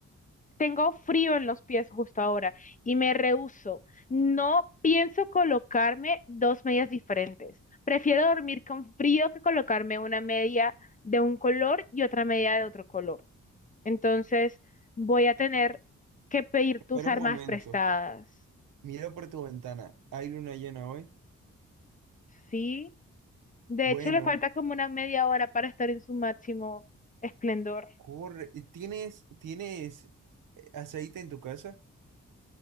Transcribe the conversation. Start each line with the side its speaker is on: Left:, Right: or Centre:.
Left: Tengo frío en los pies justo ahora y me rehúso. No pienso colocarme dos medias diferentes. Prefiero dormir con frío que colocarme una media de un color y otra media de otro color. Entonces, voy a tener que pedir
Right: Espera
Left: tus armas
Right: un momento.
Left: prestadas.
Right: Mira por tu ventana. ¿Hay luna llena hoy?
Left: ¿Sí? De
Right: Bueno.
Left: hecho, le falta como una media hora para estar en su máximo esplendor.
Right: Corre, eh, ¿tienes, tienes eh, aceite en tu casa?